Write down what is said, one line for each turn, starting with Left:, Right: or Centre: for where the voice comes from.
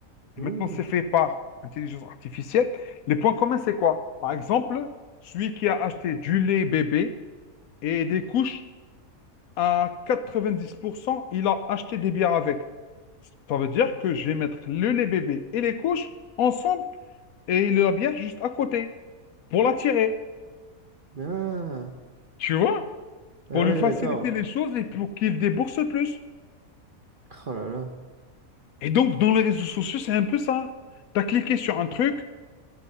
Right: Hmm.
Left: Et maintenant, c'est fait par intelligence artificielle. Les points communs, c'est quoi? Par exemple, celui qui a acheté du lait bébé et des couches, à 90%, il a acheté des bières avec. Ça veut dire que je vais mettre le lait bébé et les couches ensemble et il la bière juste à côté pour l'attirer,
Right: Ah.
Left: tu vois, pour
Right: Ah
Left: lui
Right: ouais,
Left: faciliter
Right: d'accord.
Left: les choses et pour qu'il débourse plus.
Right: Oh là là.
Left: Et donc, dans les réseaux sociaux, c'est un peu ça. Tu as cliqué sur un truc,